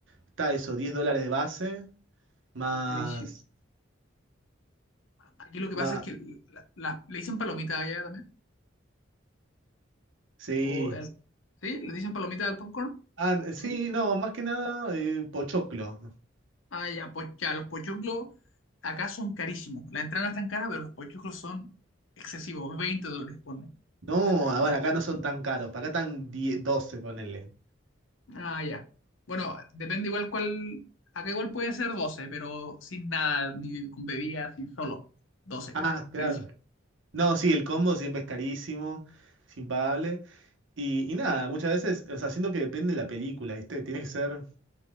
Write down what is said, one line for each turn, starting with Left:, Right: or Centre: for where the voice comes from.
Right: está eso, diez dólares de base, más,
Left: Uh, carísimo. Aquí lo que
Right: más,
Left: pasa es que la- la- le dicen palomita allá también.
Right: sí.
Left: O al- ¿sí? Le dicen palomita al popcorn,
Right: Ah, sí,
Left: ¿sí?
Right: no, más que nada, eh, pochoclo.
Left: Ah, ya, pues ya, los pochoclos acá son carísimos. La entrada no es tan cara, pero los pochoclos son excesivos, 20 dólares, pone.
Right: No, ah, bueno,
Left: O sea,
Right: acá no son tan caros, acá están diez doce ponerle.
Left: Ah, ya. Bueno, depende igual cuál. Acá igual puede ser 12, pero sin nada, ni con bebidas, ni solo. doce.
Right: Ah, claro.
Left: Carísimo.
Right: No, sí, el combo siempre es carísimo, es impagable. Y, y nada, muchas veces, o sea, siento que depende de la película, ¿viste? Tiene que ser,